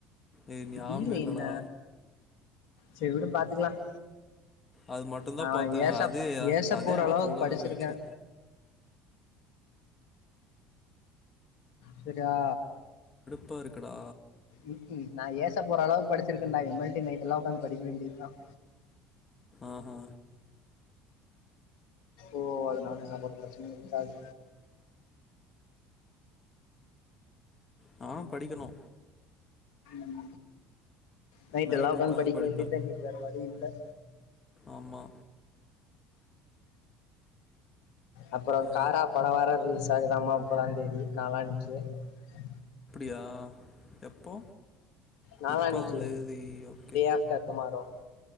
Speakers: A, on the left (about 30°); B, on the left (about 70°).
A: ஏ ஞாபகமே
B: டி ல
A: இல்லடா
B: என்ன செர் விடு பாத்துக்லாம்
A: அது மட்டுந்தா
B: ஆ
A: பாத்தே
B: ஏச
A: அது
B: ஏச
A: அதே
B: போற
A: ஆனா
B: அளவ்க்கு
A: கோளாரா
B: படிச்சிருக்கே
A: இருந்துச்சு
B: செரியா
A: ப்பா இருக்குடா
B: ம்கும் நான் ஏச போற அளவுக்கு படிச்சிருக்கேன்டா எம் எல் டி நைட் எல்லாம் உக்காந்து படிக்க வேண்டிதான்
A: ஆஹா
B: ஓஹ் அதனால எனக்கு ஒரு பிரச்சனயு இருக்காது
A: நானு படிக்கணு
B: உம் நைட்டு்
A: நைட்
B: எல்லா உக்காந்து படிக்க
A: படிப்பே
B: வேண்டியதா இன்னைக்கு வேற வழி இல்ல
A: ஆமா
B: அப்புறம்
A: ஆ
B: காரா படம் வர ரிலீஸ் ஆகுதாம முப்பதாம்ந்தேதி நாளன்னைக்கு உஹ
A: இதா எப்போ
B: நாளானிக்கு
A: முப்பதாம் தேதி ஓகே
B: டே ஆஃப்டர் டுமாரோ